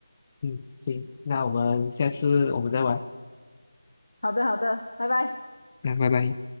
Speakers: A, on the left; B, on the left.
A: 嗯，行，那我们下次我们再玩。
B: 好的，好的，拜拜。
A: 那拜拜。